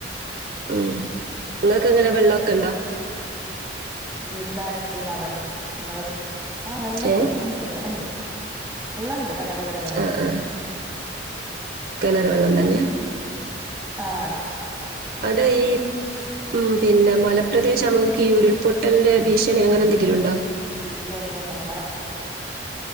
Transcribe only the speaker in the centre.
വീട്ടിലാരണ്ട് അവിടെ നിങ്ങള ആഹ് വെള്ളണ്ട്
വെള്ളണ്ട് വെള്ളണ്ട് കിണർ വെള്ള
ആഹ് അതെ അതെ
ഇല്ല ഇല്ല ഞങ്ങള്